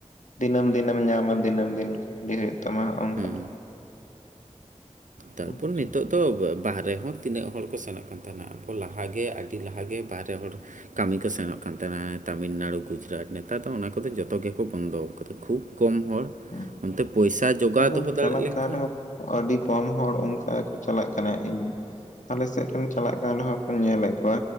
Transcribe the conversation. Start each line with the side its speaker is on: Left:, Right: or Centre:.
Left: ᱫᱤᱱᱟᱹᱢ ᱫᱤᱱᱮᱢ ᱧᱟᱢᱟ ᱫᱤᱱᱟᱹᱢ ᱫᱤᱱ ᱜᱮ ᱩᱫᱤ ᱦᱩᱭᱩᱜ ᱛᱟᱢᱟ ᱦᱚᱜᱼᱚ ᱱᱚᱝ
Right: ᱦᱮᱸ
Left: ᱴᱠᱟᱱ ᱠᱟᱢᱤ ᱠᱚ᱾
Right: ᱛᱟᱨᱯᱚᱨ
Left: ᱦᱮᱸ
Right: ᱱᱤᱛ
Left: ᱥᱮ
Right: ᱱᱤᱛᱚᱜ ᱫᱚ ᱵᱟᱦᱨᱮ ᱦᱚᱸ ᱛᱤᱱᱟᱹᱜ ᱦᱚᱲ ᱠᱚ ᱥᱮᱱᱚᱜ ᱠᱟᱱ ᱛᱟᱦᱮᱠᱟᱱᱟ᱾ ᱟᱵᱚ ᱞᱟᱦᱟᱜᱮ ᱟᱹᱰᱤ ᱞᱟᱦᱟᱜᱮ ᱵᱟᱨᱦᱮ ᱦᱚᱲ ᱠᱟᱢᱤ ᱠᱚ ᱥᱮᱱᱚᱜ ᱠᱟᱱ ᱛᱟᱦᱮᱱᱟ ᱛᱟᱹᱢᱤᱞᱱᱟᱲᱩ, ᱜᱩᱡᱽᱨᱟᱴ ᱱᱮᱛᱟᱨ ᱫᱚ ᱚᱱᱟ ᱠᱚᱫᱚ ᱡᱚᱛᱚ ᱜᱮᱠᱚ ᱵᱚᱱᱫᱚᱣ ᱠᱟᱫᱟ ᱠᱷᱩᱵ ᱠᱚᱢ ᱦᱚᱲ,
Left: ᱦᱮᱸ
Right: ᱚᱱᱛᱮ ᱯᱚᱭᱥᱟ ᱡᱚᱜᱟᱣ
Left: ᱟᱫᱚ
Right: ᱫᱚᱦᱚ ᱫᱟᱲᱮᱜ
Left: ᱪᱟᱞᱟᱜ
Right: ᱞᱮᱱᱠᱷᱟᱱ᱾
Left: ᱠᱟᱱ ᱨᱮᱦᱚᱸ ᱠᱚ ᱟᱹᱰᱤ ᱠᱚᱢ ᱦᱚᱲ ᱚᱱᱠᱟ ᱜᱮᱠᱚ ᱪᱟᱞᱟᱜ ᱠᱟᱱᱟ᱾ ᱱᱮ ᱤᱧ ᱟᱞᱮ ᱥᱮᱫ ᱨᱮᱧ ᱪᱟᱞᱟᱜ ᱠᱟᱱ ᱨᱮᱦᱚᱸ ᱠᱚ ᱧᱮᱞᱮᱫ ᱠᱚᱣᱟ᱾